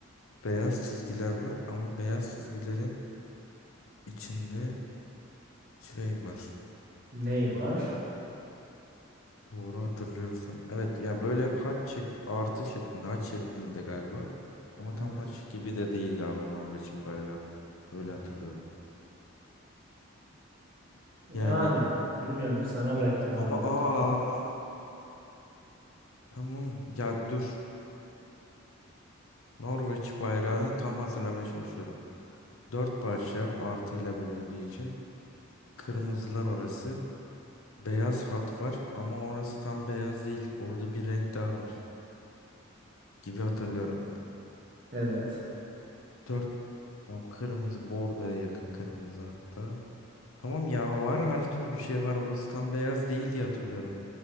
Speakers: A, on the left; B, on the right.
A: beyaz çizgiler var. Ama beyaz çizgilerin içinde Şey var.
B: Ney var?
A: Doğru hatırlıyorsam. Evet ya böyle haç şek artı şeklinde haç şeklinde galiba. Ama
B: Evet.
A: tam haç gibi de değil galiba Norveç'in bayrağı. Öyle hatırlıyorum.
B: Yani
A: Yani
B: bilmiyorum sana bıraktım abi.
A: ama aa tamam ya dur. Norveç bayrağını tam hatırlamaya çalışıyorum. Dört parça artıyla bölündüğü için kırmızılar orası. Beyaz hat var ama orası tam beyaz değil. Orada bir renk daha var gibi hatırlıyorum.
B: Evet.
A: Dört tamam kırmızı bordoya yakın kırmızı hatta. Tamam ya var her türlü bir şey var orası tam beyaz değil diye hatırlıyorum.